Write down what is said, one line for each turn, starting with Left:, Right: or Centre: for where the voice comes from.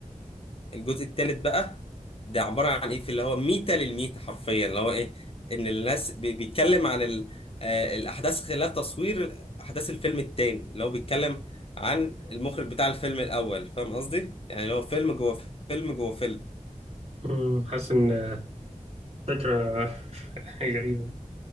Left: الجزء الثالث بقى ده عبارة عن ايه في اللي هو ميتة للميتة حرفيا اللي هو ايه ان الناس بي- بيتكلم عن ال... آه، الأحداث خلال تصوير أحداث الفيلم التاني اللي هو بيتكلم عن المخرج بتاع الفيلم الأول فاهم قصدي؟ يعني اللي هو فيلم جوه فيلم جوه فيلم
Right: أمم، حاسس ان آه، فكرة <laughs> غريبة